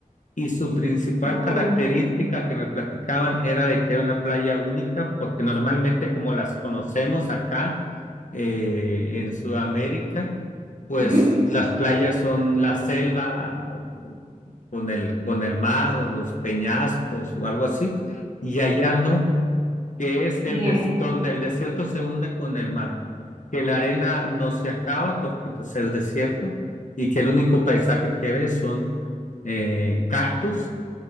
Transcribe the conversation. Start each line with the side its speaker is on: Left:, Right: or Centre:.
Left: y su principal
Right: Wow.
Left: característica que me platicaban era de que era una playa única, porque normalmente como las conocemos acá eh, en Sudamérica, pues
Right: Ujú,
Left: las playas son la selva con el, con el mar o los peñascos o algo así, y allá no que es el
Right: Bien.
Left: des- donde el desierto se hunde con el mar, que la arena no se acaba porque pues es desierto y que el único paisaje que ves son eh, cactus